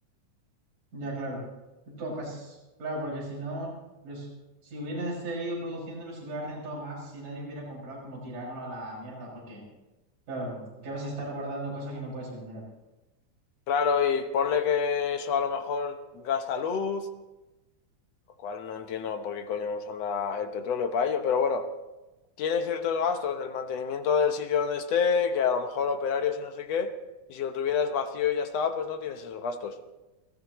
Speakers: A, on the right; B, on the left.
A: ya, claro. Esto pas- claro, porque si no, los, si hubieran seguido produciendo, los hubiera rentado más, si nadie hubiera comprado como tirarlo a la mierda, porque Claro, que vas a estar guardando cosas que no puedes vender.
B: Claro, y ponle que eso a lo mejor gasta luz, lo cual no entiendo por qué coño nos anda el petróleo para ello, pero bueno. tiene ciertos gastos, el mantenimiento del sitio donde esté, que a lo mejor operarios y no sé qué, y si lo tuvieras vacío y ya estaba, pues no tienes esos gastos.